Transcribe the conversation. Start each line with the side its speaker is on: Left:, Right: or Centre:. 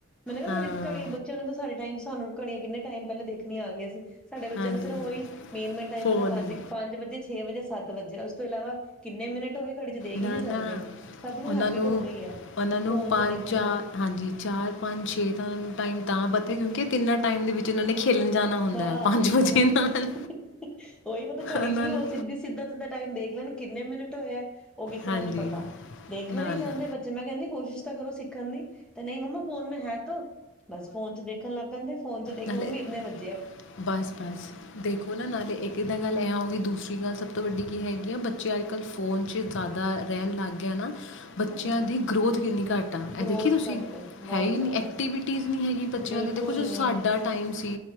Centre: ਮਤਨ ਕਿਹਾ
Left: ਹਾਂ
Centre: ਘੜੀ ਘੜੀ ਬੱਚਿਆਂ ਨੂੰ ਤਾਂ ਸਡ ਟਾਈਮ ਸਾਨੂੰ ਘੜੀਆਂ ਕਿੰਨੇ ਟਾਈਮ ਪਹਿਲੇ ਦੇਖਣੀਆਂ ਆ ਗਈਆਂ ਸੀ। ਸਾਡੇ ਬੱਚਿਆਂ
Left: ਹਾਂਜੀ
Centre: ਨੂੰ ਸਿਰਫ ਉਹੀ ਮੇਨ ਮੇਨ ਟਾਈਮ
Left: ਫੋਨ
Centre: ਪਤਾ ਪੰਜ ਪੰਜ ਵਜੇ ਛੇ ਛੇ ਵਜੇ ਸੱਤ ਵੱਜਿਆ ਉਸ ਤੋਂ ਇਲਾਵਾ ਕਿੰਨੇ ਮਿੰਟ ਹੋਏ ਘੜੀ ਚ ਦੇਖ
Left: ਨਾਨਾ
Centre: ਹੀ ਨਹੀਂ ਸਕਦੇ ਸਭ
Left: ਉਹਨਾਂ
Centre: ਹੈਬਿਟ
Left: ਨੂੰ
Centre: ਹੋ ਗਈ ਹੈ
Left: ਉਹਨਾਂ ਨੂੰ
Centre: ਫੋਨ
Left: ਪੰਜ
Centre: ਚ ਦੇਖਣ
Left: ਚਾਰ
Centre: ਦੀ
Left: ਹਾਂਜੀ ਚਾਰ ਪੰਜ ਛੇ ਤਾ ਨੂੰ ਟਾਈਮ ਤਾਂ ਪਤਾ ਕਿਉਂਕਿ ਤਿੰਨਾਂ ਟਾਈਮ ਦੇ ਵਿੱਚ ਉਹਨਾਂ ਨੇ ਖੇਲਣ ਜਾਣਾ ਹੁੰਦਾ
Centre: ਹਾਂ
Left: ਹੈ ਪੰਜ ਵਜੇ
Centre: ਉਹੀ
Left: ਨਾਲ
Centre: ਮਤਲਬ ਘੜੀ
Left: ਉਹਨਾਂ
Centre: ਚ ਵੀ ਉਹ
Left: ਨੂੰ
Centre: ਸਿੱਧੀ ਸਿੱਧਾ ਸਿੱਧਾ ਟਾਈਮ ਦੇਖ ਲੈਣ ਕਿੰਨੇ ਮਿੰਟ ਹੋਏਆ ਉਹ ਕਿਸੇ
Left: ਹਾਂਜੀ
Centre: ਨੂੰ ਨਹੀਂ ਪਤਾ ਦੇਖਣਾ
Left: ਨਾ
Centre: ਨੀ
Left: ਨਾ
Centre: ਚਾਹੁੰਦੇ ਬੱਚੇ ਮੈਂ ਕਹਿੰਦੀ ਕੋਸ਼ਿਸ਼ ਤਾਂ ਕਰੋ। ਸਿੱਖਣ ਦੀ ਤੇ ਨਹੀਂ ਮੰਮਾ ਫੋਨ ਮੈਂ ਹੈ ਤੇ ਬਸ ਫੋਨ ਚ ਦੇਖਣ ਲੱਗ ਪੈਂਦੇ ਫੋਨ ਚ ਦੇਖ
Left: ਨਾਲੇ
Centre: ਕੇ ਮੰਮੀ ਇੰਨੇ ਵਜੇ
Left: ਬਸ ਬਸ ਦੇਖੋ ਨਾ ਨਾਲੇ ਇੱਕ ਦਾਂ ਗੱਲ ਐਂ ਹੋ ਗਈ ਦੂਸਰੀ ਗੱਲ ਸਭ ਤੋਂ ਵੱਡੀ ਕੀ ਹੈਗੀ ਆ ਬੱਚੇ ਅੱਜ ਕੱਲ ਫੋਨ 'ਚ ਜ਼ਿਆਦਾ ਰਹਿਣ ਲੱਗ ਗਿਆ ਨਾ। ਬੱਚਿਆਂ
Centre: ਹੂੰ,
Left: ਦੀ ਗਰੋਥ ਕਿੰਨੀ ਘੱਟ ਆ ਇਹ
Centre: ਗ੍ਰੋਥ
Left: ਦੇਖੀ ਤੁਸੀਂ
Centre: ਘੱਟ ਗਈ ਬਹੁਤ
Left: ਹੈ ਹੀ ਨਹੀਂ
Centre: ਜ਼ਿਆਦਾ,
Left: ਐਕਟੀਵਿਟੀ ਨਹੀਂ ਹੈਗੀ ਬੱਚਿਆਂ
Centre: ਬਿਲਕੁਲ
Left: ਦੇ ਦੇਖੋ ਜੋ
Centre: ਨਹੀਂ
Left: ਸਾਡਾ ਟਾਈਮ ਸੀ